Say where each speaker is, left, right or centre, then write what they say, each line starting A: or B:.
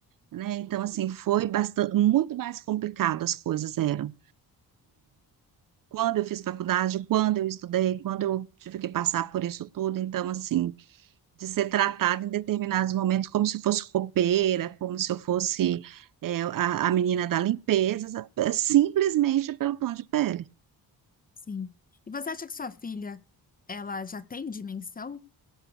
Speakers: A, on the right; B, on the left.
A: né? Então, assim, foi bastante, muito mais complicado as coisas eram. Quando eu fiz faculdade, quando eu estudei, quando eu tive que passar por isso tudo, então, assim, de ser tratada em determinados momentos como se fosse copeira, como se eu fosse é, a, a menina da limpeza, sa- simplesmente pelo tom de pele.
B: Sim. E você acha que sua filha, ela já tem dimensão